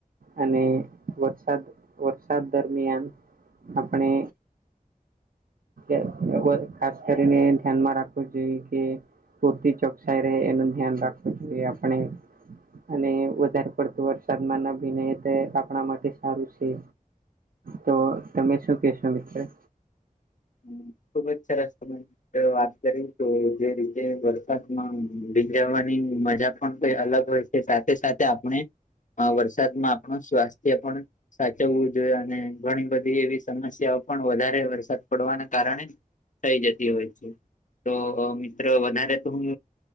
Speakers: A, on the right (about 80°); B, on the left (about 60°).
A: અને વરસાદ વરસાદ દરમિયાન આપણે અહ અવ ખાસ કરીને ધ્યાનમાં રાખવું જોઈએ કે પૂરતિ ચોકસાઈ રહે એનું ધ્યાન રાખવું જોઈએ આપણે. અને વધારે પડતું વરસાદમાં નાના ભીને તે આપણા માટે સારું છે. તો તમે શું કેશો મિત્ર.
B: હ ખુબજ સરસ ખબર હ વાત કરી તો જે રીતે વરસાદમાં ભીંજાવાની મજા પણ કઈ અલગ હોય. સાથે સાથે આપણે વરસાદમાં આપણું સ્વાસ્થ્ય પણ સાચવવું જોઈએ અને ઘણી બધી એવી સમસ્યાઓ પણ વધારે વરસાદ પડવાના કારણે થઈ જતી હોય છે તો મિત્રો વધારે તો હું